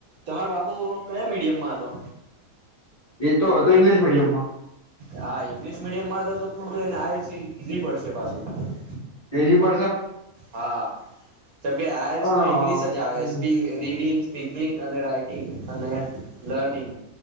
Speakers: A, on the right (about 85°); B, on the left (about 30°).
A: તમારો બાબુ કયા મીડિયમમાં હતો
B: એ તો હતો ઈંગ્લિશ મીડિયમમાં
A: હા ઇંગ્લિશ મીડિયમમાં તો તો થોડું એને આયલસી ઈઝી પડશે પાછું
B: લેઝી પડશે
A: હા કેમકે આયલ્સમાં
B: પણ અ,
A: ઇંગ્લિશ જ આવે
B: હમ
A: સ્પી રીડિંગ સ્પીકિંગ અને રાઈટિંગ અને લર્નિંગ